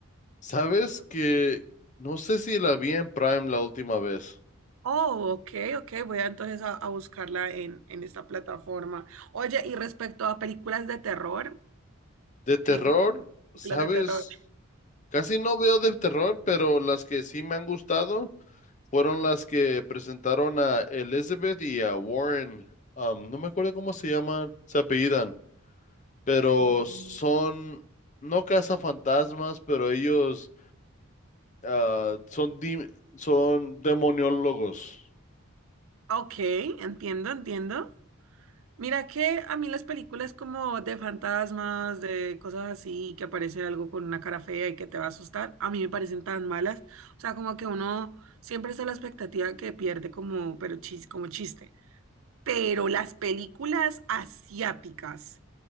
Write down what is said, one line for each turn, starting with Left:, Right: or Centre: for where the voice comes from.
Left: ¿Sabes que no sé si la vi en Prime la última vez?
Right: Oh, ok, ok, voy a entonces a, a buscarla en, en esta plataforma. Oye, y respecto a películas de terror,
Left: De terror,
Right: me gustan películas
Left: ¿sabes?
Right: de terror.
Left: Casi no veo de terror, pero las que sí me han gustado. fueron las que presentaron a Elizabeth y a Warren. um, no me acuerdo cómo se llaman, se apellidan, pero
Right: Mm.
Left: son, no cazan fantasmas, pero ellos ah, son, dim- son demoniólogos.
Right: Ok, entiendo, entiendo. Mira que a mí las películas como de fantasmas, de cosas así, que aparece algo con una cara fea y que te va a asustar, a mí me parecen tan malas. O sea, como que uno siempre está a la expectativa que pierde como, pero chis, como chiste. Pero las películas asiáticas,